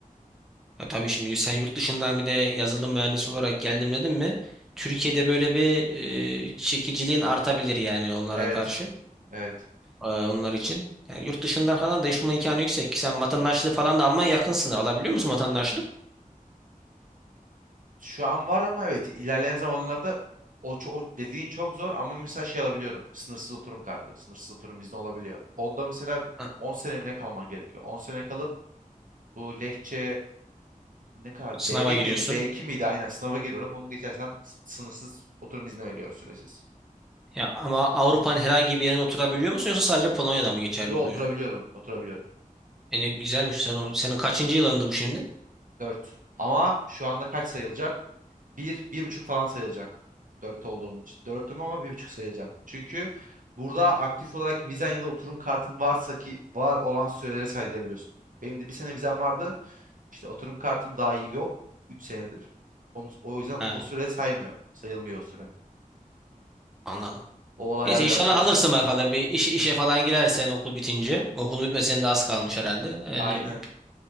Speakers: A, in the centre; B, on the right.
A: Ya tabii şimdi sen yurt dışından bir de yazılım mühendisi olarak geldim dedim mi? Türkiye'de böyle bir e, çekiciliğin artabilir yani onlara
B: Evet.
A: karşı,
B: Evet.
A: e, onlar için. Yani yurt dışında falan da iş bulma imkanı yüksek. Sen vatandaşlığı falan da almaya yakın sınır. Alabiliyor musun vatandaşlık?
B: Şu an var ama evet ilerleyen zamanlarda o, ço- o dediğin çok zor ama mesela şey alabiliyorum. Sınırsız oturum kartı. Sınırsız oturum izni olabiliyor. Onda mesela
A: Ha,
B: 10 sene mi ne kalman gerekiyor? 10 sene kalıp bu Lehçe ne kadardı?
A: Sınava
B: B1
A: giriyorsun.
B: miydi? B2 miydi? Aynen sınava giriyorum. Onu geçersem s- sınırsız oturum izni veriyor süresiz.
A: Ya ama Avrupa'nın herhangi bir yerine oturabiliyor musun yoksa sadece Polonya'da mı geçerli
B: Yo
A: oluyor?
B: oturabiliyorum. Oturabiliyorum.
A: Yani güzelmiş sen onu- senin kaçıncı yılındı bu şimdi?
B: 4. Ama şu anda kaç sayılacak? bir, bir buçuk falan sayılacak. Dört olduğum için. Dörtüm ama bir buçuk sayılacak. Çünkü burada aktif olarak vizen ya da oturum kartın varsa ki var olan süreleri saydırabiliyorsun. Benim de bir sene vizem vardı. İşte oturum kartım daha iyi yok. Üç senedir. Onun, o yüzden
A: Ha,
B: o süre saymıyor. Sayılmıyor o süre.
A: anladım.
B: O olaylar
A: Neyse
B: biraz
A: inşallah
B: karışık
A: alırsın
B: ya.
A: bakalım bir işe, işe falan girersen okul bitince. Okul bitmesine de az kalmış herhalde. Öyle
B: Aynen.